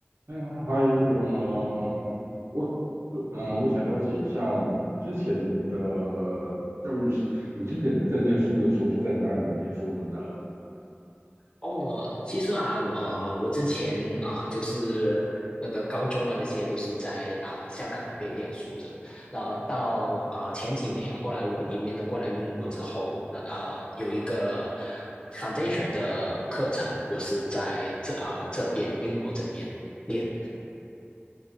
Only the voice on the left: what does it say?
哦，其实啊，我呃，我之前啊、就是那个高中啊，那些都是在啊、香港那边念书的。那到啊、前几年，后来我移民了过来英国之后，那啊，有一个 foundation 的课程，我是在这啊、这边英国这边练。